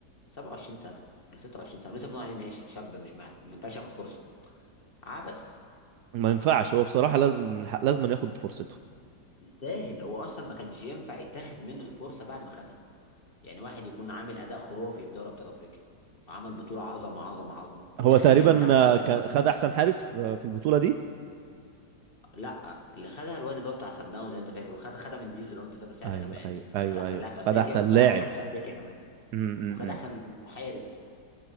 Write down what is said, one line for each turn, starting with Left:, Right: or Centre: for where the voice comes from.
Left: 27 سنة ولا 26 سنة لسه بنقول عليه ناشئ شاب مش مع... ما ينفعش ياخد فرصة عبس
Right: ما ينفعش هو بصراحه لازم من حق- لازم ياخد فرصته
Left: يستاهل هو اصلا ما كانش ينفع يتاخد منه الفرصة بعد ما خدها يعني واحد يكون عامل اداء خرافي في دوري ابطال افريقيا وعمل بطولة عظمة عظمة عظمة في
Right: هو
Left: الاخر
Right: تقريبا
Left: يرجع
Right: آه،
Left: ينام
Right: كان خد احسن حارس في في البطوله دي
Left: لا اللي خدها الواد اللي هو بتاع سان داونز زي انت فاكر وخد خدها من زيزو لو انت فاكر ساعتها
Right: ايوه
Left: كمان
Right: ايوه
Left: يعني
Right: ايوه
Left: خد احسن
Right: ايوه
Left: لاعب
Right: خد
Left: في افريقيا
Right: احسن
Left: وخد
Right: لاعب
Left: احسن حارس في افريقيا كمان
Right: م- م-
Left: وخد احسن
Right: م.
Left: حارس